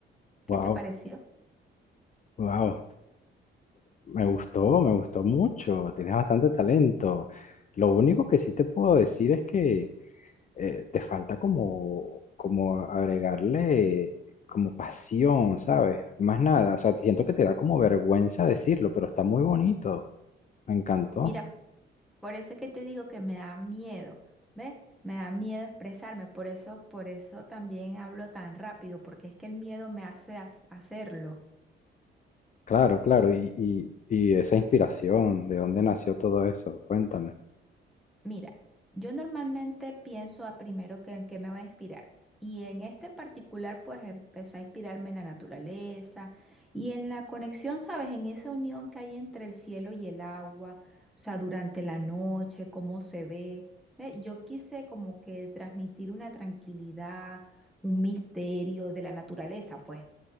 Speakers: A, in the centre; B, on the left.
A: ¿Qué
B: Wow,
A: te pareció?
B: wow. me gustó, me gustó mucho. Tienes bastante talento. Lo único que sí te puedo decir es que eh, te falta como, como agregarle como pasión, ¿sabes? Más nada. O sea, siento que te da como vergüenza decirlo, pero está muy bonito. Me encantó.
A: Mira, por eso es que te digo que me da miedo, ¿ves? Me da miedo expresarme, por eso, por eso también hablo tan rápido, porque es que el miedo me hace ha- hacerlo.
B: Claro, claro. Y, y, y esa inspiración, ¿de dónde nació todo eso? Cuéntame.
A: Mira, yo normalmente pienso a primero que en qué me va a inspirar. Y en este en particular, pues empecé a inspirarme en la naturaleza y en la conexión, ¿sabes? En esa unión que hay entre el cielo y el agua, o sea, durante la noche, cómo se ve. Ve, Yo quise como que transmitir una tranquilidad, un misterio de la naturaleza, pues.